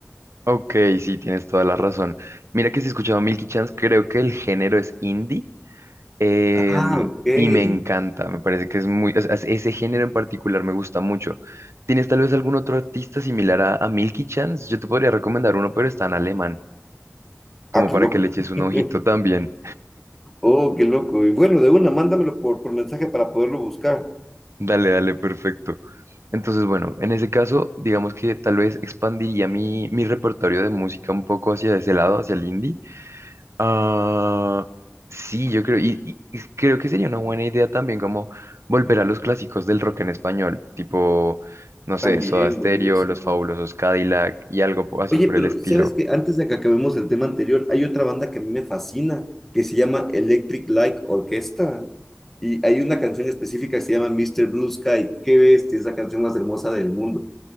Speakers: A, on the right (about 70°); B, in the centre.
A: Ok, sí, tienes toda la razón. Mira que si he escuchado Milky Chance, creo que el género es indie. Em,
B: Ah, ok.
A: y me encanta, me parece que es muy, o sea, ese género en particular me gusta mucho. ¿Tienes tal vez algún otro artista similar a, a Milky Chance? Yo te podría recomendar uno, pero está en alemán, como
B: Ah, qué
A: para
B: loco.
A: que le eches un
B: <laughs>
A: ojito también.
B: Oh, qué loco. Y bueno, de una, mándamelo por, por mensaje para poderlo buscar.
A: Dale, dale, perfecto. Entonces, bueno, en ese caso, digamos que tal vez expandiría mi, mi repertorio de música un poco hacia ese lado, hacia el indie. Ah, sí, yo creo, y, y- y creo que sería una buena idea también como volver a los clásicos del rock en español, tipo, no sé,
B: También,
A: Soda Stereo,
B: buenísimo.
A: Los Fabulosos Cadillac y algo po- así
B: Oye,
A: por
B: pero
A: el estilo.
B: sabes que antes de que acabemos el tema anterior, hay otra banda que a mí me fascina, que se llama Electric Light Orchestra. Y hay una canción específica que se llama Mr. Blue Sky. Qué bestia, es la canción más hermosa del mundo.